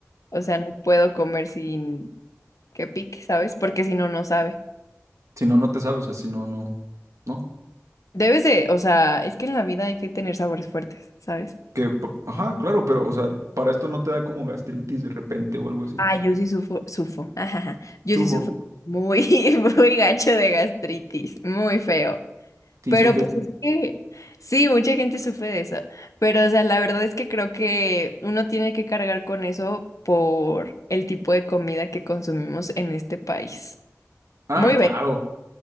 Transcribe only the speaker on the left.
O sea, no puedo comer sin que pique, ¿sabes? Porque si no, no sabe.
Debes de, o sea, es que en la vida hay que tener sabores fuertes, ¿sabes?
Ah, yo sí sufro, sufro. Ajá, ajá. Yo
sí sufro muy, <laughs> muy gacho de gastritis. Muy feo.
Pero
pues es que sí, mucha gente sufre de eso. Pero o sea, la verdad es que creo que uno tiene que cargar con eso por el tipo de comida que consumimos en este país.
Muy
bien.